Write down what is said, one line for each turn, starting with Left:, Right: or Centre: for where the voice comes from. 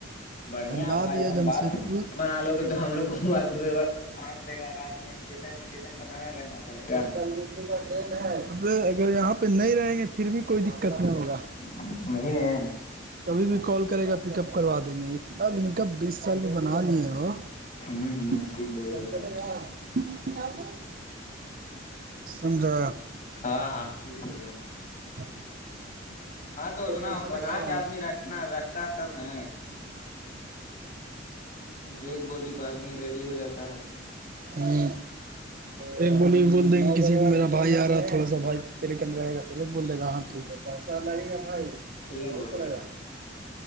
Left: بڑھیا
Right: دھنباد
Left: بھائی
Right: یا
Left: جان
Right: جمشید
Left: بعد میں
Right: پور
Left: بنا لو گے تو ہم لوگ وقت بے وقت تو کام دے گا رات میں اسٹیشن اسٹیشن پنانا رہنا پڑے گا
Right: اگر یہاں پہ نہیں رہیں گے پھر بھی کوئی دقت نہیں ہوگا
Left: <unintelligible>
Right: کبھی بھی کال کرے گا پک اپ کروا دیں گے اتنا لنک اب بیس سال میں بنا لیے وہ <unintelligible>
Left: ہوں ہوں ٹھیک بول رہے ہو بھائی
Right: سن رہے ہیں
Left: ہاں ہاں ٹھیک بول رہے ہیں
Right: <inaudible>
Left: ہاں تو
Right: کل
Left: اتنا
Right: چلے
Left: بنا
Right: گا
Left: کے آدمی رکھنا رکھتا ہے تب نا کہ ایک بولی بعد میں ریڈی ہو جاتی
Right: ہاں ایک بولی بول دیں گے کسی کو میرا بھائی آ رہا تھا تھڑا سا بھائی تیرے اندرے گا تو بول دے گا ہاں ٹھیک ہے پیسہ لگے
Left: ہ
Right: گا بھائی
Left: ٹھیک
Right: ہزار
Left: بول
Right: رو
Left: رہے
Right: لے
Left: ہو
Right: گا